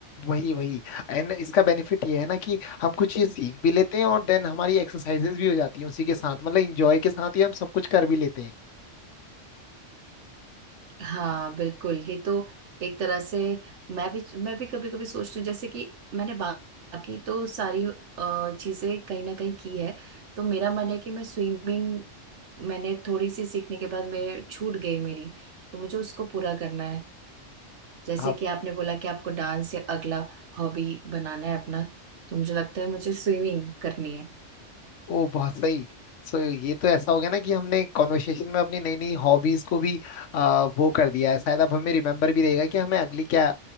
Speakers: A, on the left; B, on the right.
A: वही वही एंड इसका बेनिफिट ये है ना कि हम कुछ चीज सीख भी लेते हैं और देन हमारी एक्सरसाइजेज भी हो जाती हैं उसी के साथ मतलब इंजॉय के साथ ही हम सब कुछ कर भी लेते हैं
B: हाँ बिल्कुल ये तो एक तरह से मैं भी मैं भी कभी कभी सोचती हूँ जैसे कि मैंने बा- बाकी तो सारी अ, चीजें कहीं ना कहीं की है तो मेरा मन है कि मैं स्विमिंग मैंने थोड़ी सी सीखने के बाद मेरे छूट गई मेरी तो मुझे उसको पूरा करना है जैसे
A: हाँ,
B: कि आपने बोला कि आपको डांस या अगला हॉबी बनाना है अपना तो मुझे लगता है मुझे स्विमिंग करनी है
A: ओ बहुत सही सो ये तो ऐसा हो गया ना कि हमने कॉन्वर्सेशन में अपनी नई नई हॉबीज को भी आ, वो कर दिया है शायद अब हमें रिमेम्बर भी रहेगा कि हमें अगली क्या